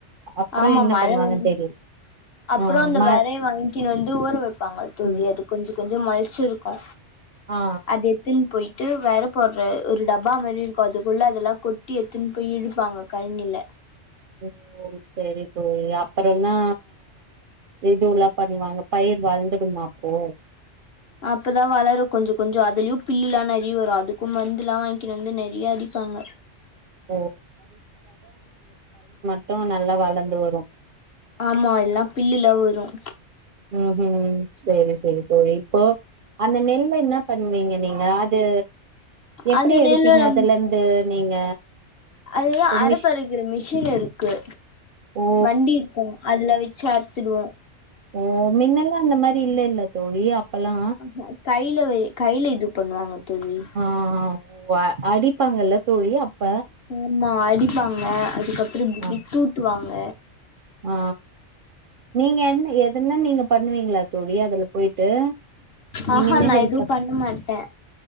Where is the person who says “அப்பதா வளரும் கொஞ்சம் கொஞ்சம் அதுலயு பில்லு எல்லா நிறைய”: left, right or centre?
Left